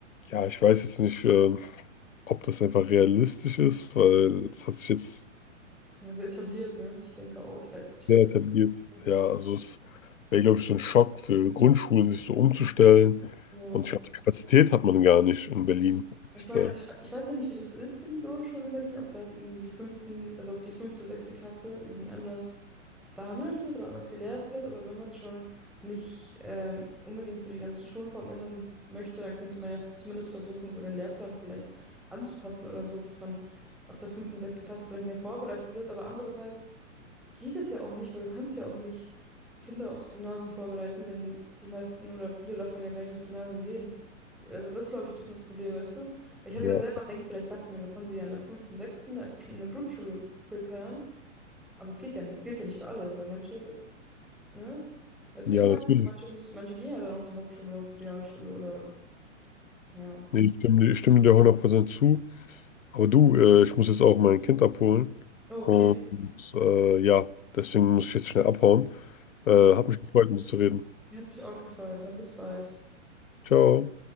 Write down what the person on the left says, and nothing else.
ja, ich weiß jetzt nicht, äh, ob das einfach realistisch ist, weil es hat sich jetzt
sehr
etabliert.
Ja, also es wäre, glaube ich, so ein Schock für Grundschulen, sich so umzustellen.
Und ich glaube, die Kapazität hat man gar nicht in Berlin.
Ist,
äh,
ja.
ja,
natürlich.
Nee, ich stimme, dir- ich stimme dir 100% zu. Aber du, äh, ich muss jetzt auch mein Kind abholen.
Und äh, ja, deswegen muss ich jetzt schnell abhauen. Äh,
hat mich gefreut, mit dir zu reden.
Ciao.